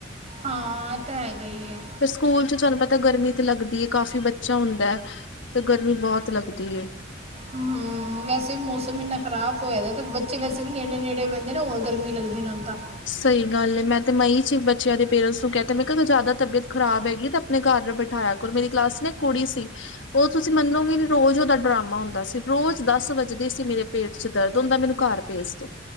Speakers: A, on the right; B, on the left.
A: ਹਾਂ, ਇਹ ਤਾਂ ਹੈਗਾ ਹੀ ਹੈ।
B: ਫਿਰ ਸਕੂਲ ਚ ਤੁਹਾਨੂੰ ਪਤਾ ਗਰਮੀ ਤੇ ਲੱਗਦੀ ਹੈ ਕਾਫ਼ੀ ਬੱਚਾ ਹੁੰਦਾ ਹੈ। ਤੇ, ਗਰਮੀ ਬਹੁਤ ਲੱਗਦੀ ਏ।
A: ਹਮ, ਵੈਸੇ ਵੀ ਮੌਸਮ ਇੰਨਾ ਖ਼ਰਾਬ ਹੋਇਆਦਾ ਤੇ ਬੱਚੇ ਵੈਸੇ ਵੀ ਨੇੜੇ ਨੇੜੇ ਪੈਂਦੇ ਨਾ ਗਰਮੀ ਲਗਦੀ ਇਹਨਾਂ ਨੂੰ ਤਾਂ।
B: ਸਹੀ ਗੱਲ ਹੈ, ਮੈਂ ਤੇ ਮਈ ਚ ਬੱਚਿਆਂ ਦੇ ਪੇਰੈਂਟਸ ਨੂੰ ਕਹਿ ਤਾਂ ਕਿ ਜ਼ਿਆਦਾ ਤਬੀਅਤ ਖ਼ਰਾਬ ਹੈਗੀ ਤਾਂ ਆਪਣੇ ਘਰ ਬਿਠਾਇਆ ਕਰੋ ਮੇਰੀ ਕਲਾਸ ਨਾ ਇੱਕ ਕੁੜੀ ਸੀ ਉਹ ਤੁਸੀਂ ਮੰਨੋਗੇ ਨ ਰੋਜ਼ ਉਹਦਾ ਡਰਾਮਾ, ਹੁੰਦਾ ਸੀ ਰੋਜ਼ ਦਸ ਵੱਜਦੀ ਸੀ ਮੇਰੇ ਪੇਟ ਚ ਦਰਦ ਹੁੰਦਾ ਮੈਨੂੰ ਘਰ ਭੇਜ ਦੋ,